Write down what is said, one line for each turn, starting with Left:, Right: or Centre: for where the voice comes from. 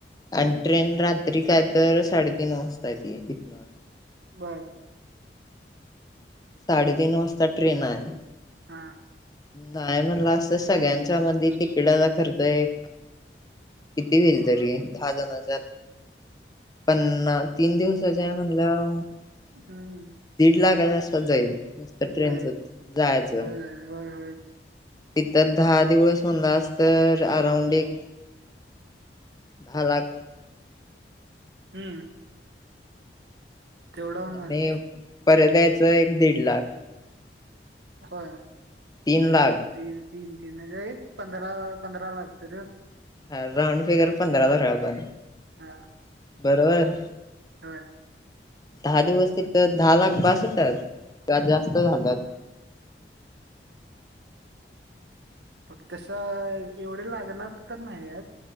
Left: आणि ट्रेन रात्री काय तर साडेतीन वाजता येती या तिथं.
Right: बर.
Left: साडेतीन वाजता ट्रेन आहे.
Right: हा
Left: नाही म्हणला असतं सगळ्यांच्या मधी तिखिटाचा खर्च एक किती होईल तरी दहा जनाच्यात? पन्ना तीन दिवसाच्या म्हणल्यावर
Right: हम्म
Left: दीड लाखाच्या असपास जाईल नुसतं ट्रेनच
Right: जाईल
Left: जायचं.
Right: होय होय होय
Left: तिथं दहा दिवस म्हनलास तर अराऊंड एक दहा लाख.
Right: हम्म. तेवढा होणारच.
Left: आणि परत यायचं एक दीड लाख.
Right: हो अ
Left: तीन
Right: दी
Left: लाख
Right: तीन, तीन म्हणजे पंधरा पंधरा लाख तर
Left: ह राउंडफिगर पांधरा धरुया आपण.
Right: हा
Left: बरोबर
Right: हो.
Left: दहा दिवस तिथ दहा लाख बास होतात. का जास्त झाल.
Right: फक्त तस एवढे लागणार तर नाही आहेत.